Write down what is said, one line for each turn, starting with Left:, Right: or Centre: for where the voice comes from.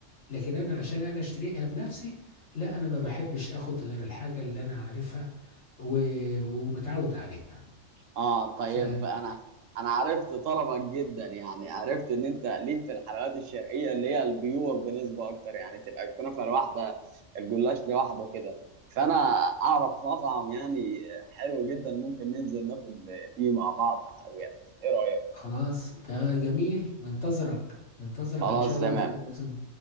Left: لكن انا عشان انا اشتريها بنفسي لا انا ما بحبش اخد غير الحاجه اللي انا عارفها و... ومتعود عليها
Right: اه طيب
Left: فخلاص
Right: انا انا عرفت طلبك جدا يعني عرفت ان انت ليك في الحلويات الشرقيه اللي هي البيور بنسبه اكتر يعني تبقى الكنافه لوحدها الجلاش لوحده كده فانا اعرف مطعم يعني حلو جدا ممكن ننزل ناكل فيه مع بعض حلويات ايه رايك
Left: اوكي ده جميل منتظرك منتظرك
Right: خلاص
Left: ان شاء الله
Right: تمام
Left: في أي عزم